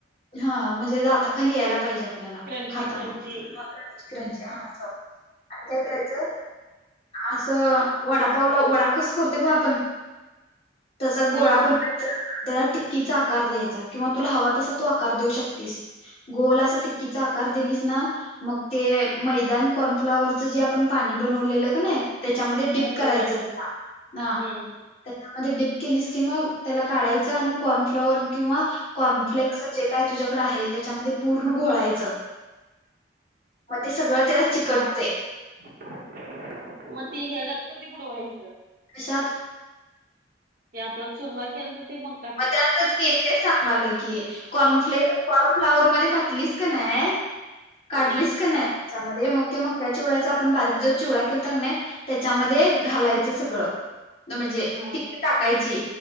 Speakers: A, on the left; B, on the right.
A: हां म्हणजे दांता खाली यांयला पाहिजे आपल्याला
B: क्रंची
A: खाताना
B: क्रंची
A: हा क्रंची क्रंची हां असं आणि कायं करायचं असं वडांपावला वडां कसं करतोय बघं आपणं तसां
B: हा
A: गोळां
B: हा
A: बनवायचं त्यांला टिक्कीचा आकांर द्यांयचा किंवा तुंला हवां तसां तूं आकांर देऊं शकशील गोल असां टिक्कीचा आकांर दिलीसं नां मंग ते मैदान कॉर्नफ्लावरच जे आपणं पाणी बनवलेल कां नाहीं त्याच्यामध्ये डीप
B: त्यात
A: करायचं
B: बुडवायचं
A: हां, हां
B: हम्म
A: त्याच्यामध्ये डीप केलीस की मग त्याला काढायचं, आणि कॉर्नफ्लॉवर किंवा कॉर्नफ्लेक्स, जे काय तुझ्याकड आहे, त्याच्यामध्ये पूर्ण घोळायचं. मग ते सगळं त्याला चिकटतंय
B: पा, मग ती ह्याच्यात कधी बूडवायच?
A: कशात?
B: ते आपन चुरमा केलता, ते मग
A: मग त्यातच कि तेच सांगालोय की, कॉर्न फ्ले, कॉर्ण फ्लॉवर मधी घातलीस का नाय, काढलीस
B: हा
A: का नाय त्याच्यामध्ये मग ते मका चिवड्याचा आपण बारीक जो चिवडा केलता कि नाही, त्याच्यामध्ये घालायच सगळ त, म्हणजे
B: हा
A: टिक्की टाकायची,